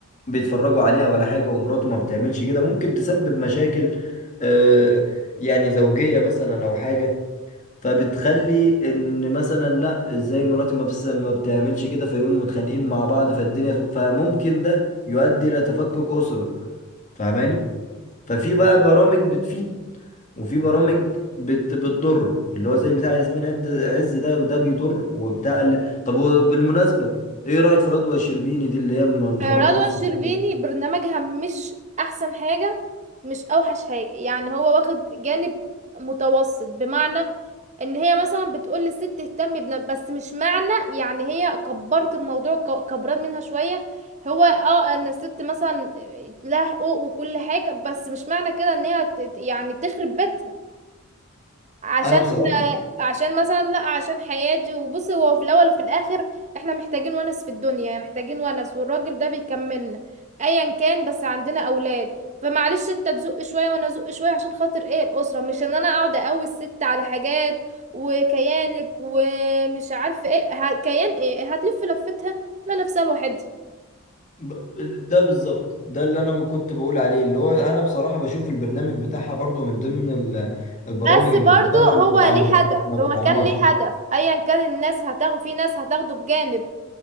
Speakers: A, on the left; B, on the right.
A: بيتفرجوا عليها ولا حاجة ومراته ما بتعملش كده ممكن تسبب مشاكل آه، يعني زوجية مثلا او حاجة فبتخلي ان مثلا لا ازاي مراتي ما بس ما بتعملش كده فيقوموا متخانقين مع بعض فالدنيا تو- فممكن ده يؤدي الى تفكك أسرة فاهماني ففي بقى برامج بتفيد وفي برامج بت بتضر اللي هو زي بتاع ياسمين عد- عز ده ده بيضر وبتاع ال... طب وبالمناسبة ايه رأيك في رضوى الشربيني دي اللي هي م- مخربة
B: رضوى
A: نص
B: الشربيني
A: الدنيا أصلاً؟
B: برنامجها مش احسن حاجة مش اوحش حاجة يعني هو واخد جانب متوسط بمعنى ان هي مثلا بتقول للست اهتم بنا بس مش معنى يعني هي كبرت الموضوع ك- كبران منها شوية هو اه ان الست مثلا لها حقوق وكل حاجة بس مش معنى كده ان هي ت- يعني تخرب بيتها عشان
A: انا بصراحة
B: عشان مثلا لا عشان حياتي وبصي هو في الاول وفي الاخر احنا محتاجين ونس في الدنيا يعني محتاجين ونس والراجل ده بيكملنا ايا كان بس عندنا اولاد فمعلش انت تزق شويه وانا ازق شويه عشان خاطر ايه الاسره مش ان انا اقعد اقوي الست على حاجات وكيانك ومش عارف ايه ه- كيان ايه هتلف لفتها لا نفسها لوحدها
A: ب... ده بالظبط ده اللي انا كنت بقول عليه اللي هو انا بصراحة بشوف البرنامج بتاعها برضو من ضمن ال... البرامج
B: بس
A: اللي
B: برضو
A: بتقرب
B: هو
A: ما بتعمر
B: ليه هدف
A: ما بتعمرش
B: هو كان ليه هدف ايا كان الناس هتاخد في ناس هتاخده بجانب